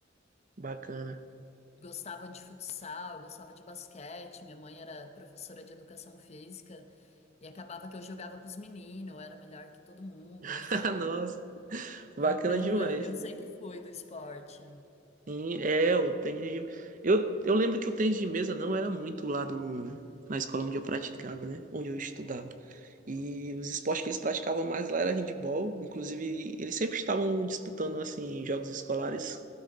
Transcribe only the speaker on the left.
Gostava de futsal, gostava de basquete. Minha mãe era professora de educação física e acabava que eu jogava com os meninos, eu era melhor que todo mundo.
<laughs>
Então
eu, eu sempre fui do esporte.